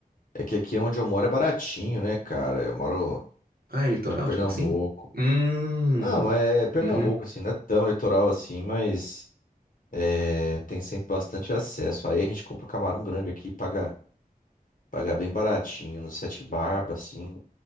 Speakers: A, on the left; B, on the right.
A: é que aqui onde eu moro é baratinho, né, cara? Eu moro,
B: Ah, é litoral,
A: moro em Pernambuco.
B: tipo assim? Hum.
A: Ah, mas é Pernambuco,
B: Uhum.
A: assim, não é tão litoral assim, mas é, tem sempre bastante acesso. Aí a gente compra camarão grande aqui e paga, paga bem baratinho, no Sete Barba, assim.